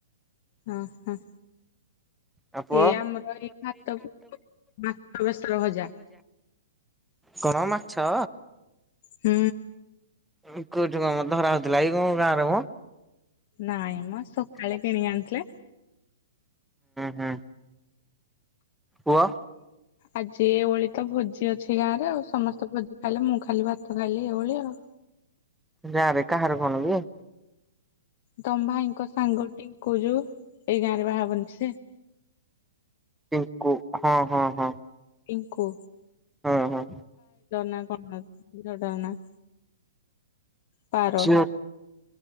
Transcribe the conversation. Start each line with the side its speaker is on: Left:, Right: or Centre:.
Left: ହଁ ହଁ
Centre: ଆଉ ପୁଅ?
Left: ଏ ଆମର ଏଇ ଭାତକୁ ମାଛ ବେସର ଭଜା
Centre: କଣ ମାଛ?
Left: ହୁଁ।
Centre: କୋଉଠି କଣ ମ ଧରା ହଉଥିଲା କି ଗାଁରେ ମଁ?
Left: ନାଇଁ ମ ସକାଳେ
Centre: ହୁଁ
Left: କିଣିକି ଆଣିଥିଲେ
Centre: ହୁଁ। ପୁଅ?
Left: ଆଜି ଏ ଓଳି ତ ଭୋଜି ଅ ଛି ଗାଁ ରେ ଆଉ ସମସ୍ତେ ଭୋଜି ଖାଇଲେ ମୁଁ ଖାଲି ଭାତ ଖାଲି ଏଇ ଓଳି ଆଉ।
Centre: ଗାଁରେ କାହାର କଣ କି?
Left: ତମ୍ ଭାଇଙ୍କ ସାଙ୍ଗଟିଙ୍କୁ ଯୋଉ ଏଇ ଗାଁ ରେ ବାହାଘରନି ସେ
Centre: ଚିଙ୍କୁ ହଁ ହଁ ହଁ
Left: ପିଙ୍କୁ
Centre: ହଁ ହଁ
Left: ନା କଣ ନା <unintelligible> ପାର
Centre: ଝିଓ